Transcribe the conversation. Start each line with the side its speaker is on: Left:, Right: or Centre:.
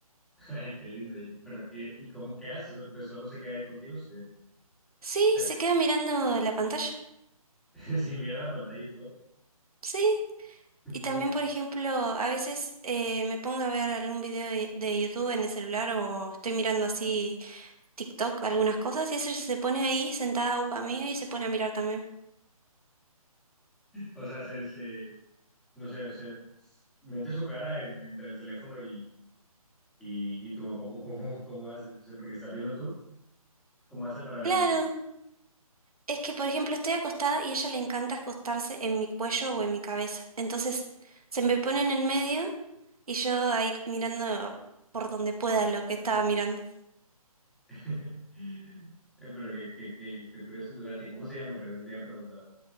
Centre: Ay, qué lindo. Y, pero, ¿y, y cómo qué haces? Pues solo se queda ahí contigo, se,
Right: Sí,
Centre: se,
Right: se queda mirando la pantalla.
Centre: <laughs> si mira la pantalla y todo.
Right: Sí,
Centre: <laughs>
Right: Y también, por ejemplo, a veces eh, me pongo a ver algún video de, de YouTube en el celular o estoy mirando así TikTok, algunas cosas, y ese se pone ahí sentada upa mía y se pone a mirar también.
Centre: O sea, se, se, no sé, se mete su cara en- entre el teléfono y, y, y tú, ¿cómo, cómo, cómo haces? No sé, porque estás viendo tú. ¿Cómo hace para ver
Right: Claro,
Centre: ella también?
Right: es que, por ejemplo, estoy acostada y a ella le encanta acostarse en mi cuello o en mi cabeza. Entonces, se me pone en el medio y yo ahí mirando por donde pueda lo que estaba mirando.
Centre: <laughs> Eh, Pero qué, qué, qué- qué curioso tu gata. ¿Y cómo se llama? Creo que no te había preguntado.